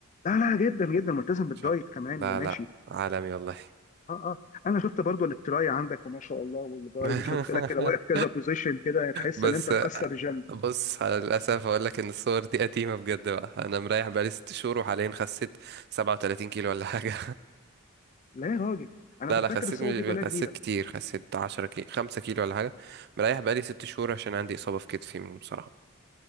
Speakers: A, on the left; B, on the right.
A: لا لا جدا جدا ملتزم بالدايت
B: شاطر
A: كمان
B: لا
A: وماشي
B: لا عالمي والله
A: اه اه انا شفت برضو التراي عندك وما شاء الله والباي
B: <laughs>
A: وشفت لك كده واقف كذا بوزيشن كده تحس
B: بس
A: ان انت مكسر جيم
B: بص على للأسف أقول لك إن الصور دي قديمة بجد بقى أنا مريح بقالي ست شهور وحاليا خسيت سبعة وتلاتين كيلو ولا حاجة
A: لا يا راجل انا
B: لا
A: كنت
B: لا
A: فاكر
B: خسيت
A: الصور
B: م-
A: دي كلها جديده
B: خسيت كتير خسيت 10 كيلو 5 كيلو ولا حاجة مريح بقالي 6 شهور عشان عندي إصابة في كتفي من المصارعة